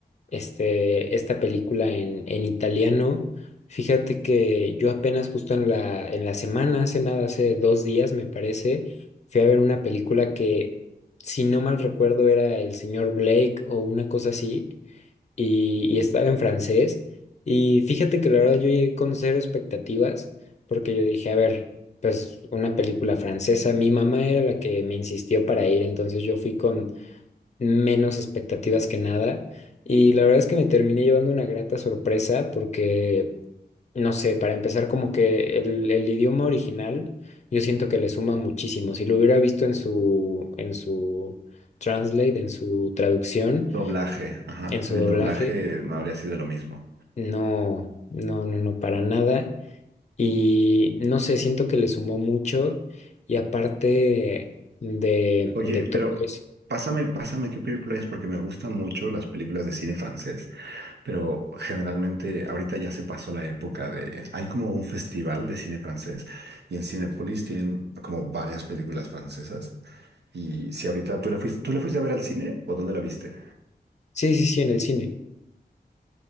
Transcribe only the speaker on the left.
este, esta película en, en italiano, fíjate que yo apenas justo en la, en la semana, hace nada, hace dos días me parece, fui a ver una película que, si no mal recuerdo, era El señor Blake o una cosa así. y, y estaba en francés. Y fíjate que la verdad yo llegué con cero expectativas porque yo dije, a ver, pues una película francesa, mi mamá era la que me insistió para ir, entonces yo fui con menos expectativas que nada. Y la verdad es que me terminé llevando una grata sorpresa porque, no sé, para empezar como que el, el idioma original yo siento que le suma muchísimo. Si lo hubiera visto en su, en su translate, en su traducción,
en su
doblaje.
No, no, no, no, para nada. Y no sé, siento que le sumó mucho y aparte de,
de todo
eso.
Sí, sí, sí, en el cine.